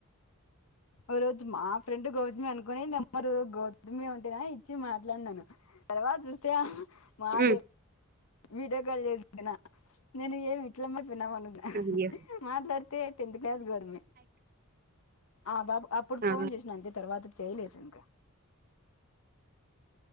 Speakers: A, on the left; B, on the right.
A: ఓ రోజు మా ఫ్రెండ్ గౌతమి అనుకొని నెమ్మరు గౌతమి ఉంటేనా ఇచ్చి మాట్లాడినాను తర్వాత చూస్తే మాద
B: ఉమ్
A: వీడియోకాల్ చేసినా నేను ఏమి ఇట్ల మే <unintelligible>
B: అయ్యో
A: మాట్లాడితే టెన్త్ క్లాస్ గౌతమి ఆ <unintelligible> అప్పుడు
B: ఆ
A: ఫోన్ చేసిన అంతే తర్వాత చేయలేదింక